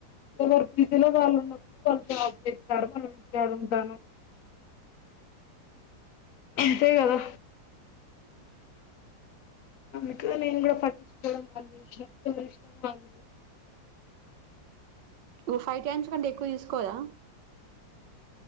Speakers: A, on the left; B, on the right.
A: ఎవరు బీజిలో వాళ్ళు ఉన్నప్పుడు వాళ్ళు జాబ్ చెత్తార్రూ మనమ్ ఇంటికాడ ఉంటానం. అంతే కదా ఆమెకు నేను కూడ పట్టించుకోవడం బంజేసిన చేసినా ఎవారిష్టం వాళ్ళది.
B: వు ఫైవ్ టైమ్స్ కంటే ఎక్కువ తీసుకోదా?